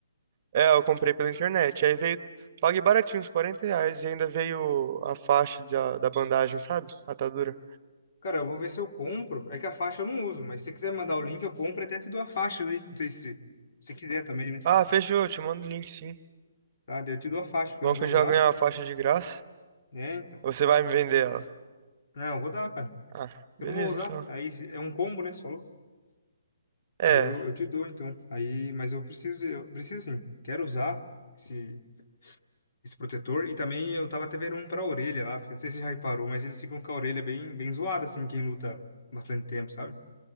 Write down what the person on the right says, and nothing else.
É, eu comprei pela internet. Aí veio. Paguei baratinho, uns 40 reais. E ainda veio a faixa da, da bandagem, sabe? Atadura.
Ah, fechou. eu Te mando o link, sim.
Bom
que
eu já
ganhei a faixa de graça.
Você vai me vender ela.
Ah,
beleza,
então.
É.